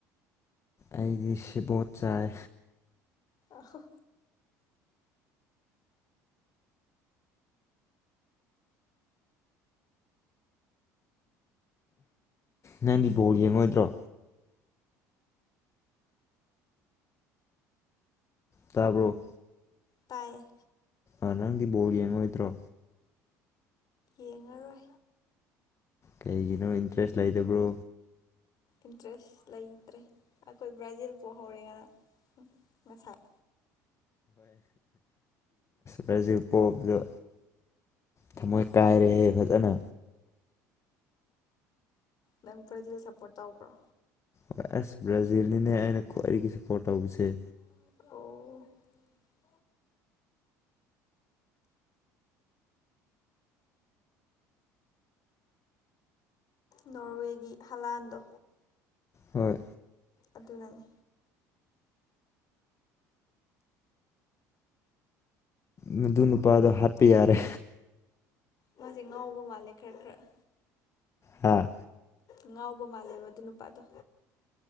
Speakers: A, on the left (about 35°); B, on the left (about 50°).
A: ꯑꯩꯗꯤ ꯁꯤꯕꯣꯠ ꯆꯥꯏ
B: ꯑꯣ
A: ꯅꯪꯒꯤ ꯕꯣꯜ ꯌꯦꯡꯉꯣꯏꯗ꯭ꯔꯣ ꯇꯥꯕ꯭ꯔꯣ
B: ꯇꯥꯏ
A: ꯑ ꯅꯪꯗꯤ ꯕꯣꯔ ꯌꯦꯡꯉꯣꯏꯗ꯭ꯔꯣ
B: ꯌꯦꯡꯉꯔꯣꯏ
A: ꯀꯩꯒꯤꯅꯣ ꯏꯟꯇꯔꯦꯁ ꯂꯩꯗꯕ꯭ꯔꯣ
B: ꯏꯟꯇꯔꯦꯁ ꯂꯩꯇ꯭ꯔꯦ ꯑꯩꯈꯣꯏ ꯕ꯭ꯔꯥꯖꯤꯜ ꯄꯣꯛ ꯍꯧꯧꯔꯤꯉꯅ ꯉꯁꯥꯏ
A: ꯍꯣꯏꯖꯤ ꯄꯣ ꯑ ꯑ ꯊꯃꯣꯏ ꯀꯥꯏꯔꯦꯍꯦ ꯐꯖꯅ
B: ꯅꯪ ꯄ꯭ꯔꯖꯗ ꯁꯞꯄꯣꯔꯠ ꯇꯕ꯭ꯔꯣꯥ
A: ꯍ ꯑꯁ ꯕ꯭ꯔꯥꯖꯤꯜꯅꯤꯅꯦ ꯑꯩꯅꯋꯥ ꯑꯩꯒꯤ ꯁꯞꯄꯣꯔꯠ ꯇꯧꯕꯁꯦ
B: ꯑꯣ ꯅꯣꯔꯋꯦꯒꯤ ꯍꯂꯥꯟꯗꯣ
A: ꯍꯣꯏ
B: ꯑꯗꯨꯅꯅꯤ
A: ꯃꯗꯨ ꯅꯨꯄꯥꯗꯣ ꯍꯥꯞꯄ ꯌꯥꯔꯦ
B: ꯃꯥꯁꯦ ꯉꯥꯎꯕ ꯃꯥꯜꯂꯦ ꯈꯔ ꯈꯔ
A: ꯍꯥꯥ
B: ꯉꯥꯎꯕ ꯃꯥꯜꯂꯦꯕ ꯑꯗꯨ ꯅꯨꯄꯥꯗꯣ